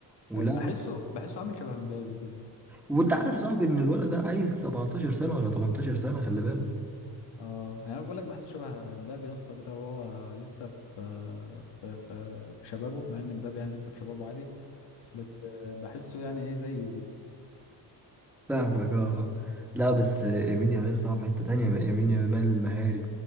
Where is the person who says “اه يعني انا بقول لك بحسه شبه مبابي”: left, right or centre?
Left